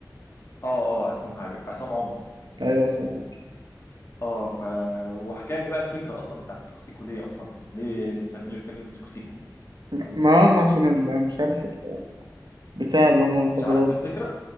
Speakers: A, on the left; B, on the right.
A: اه اه عصام حاجه عصام عمر
B: أيوة عصام حاجة.
A: اه ف وحكى لي بقى الفكره اصلا بتاع سيكو سيكو ليه اصلا؟ ليه مسمين الفيلم سيكو سيكو؟
B: ما ما عشان ال- مش عارف ال- بتاع اللي هم المخدرات
A: مش عارف الفكره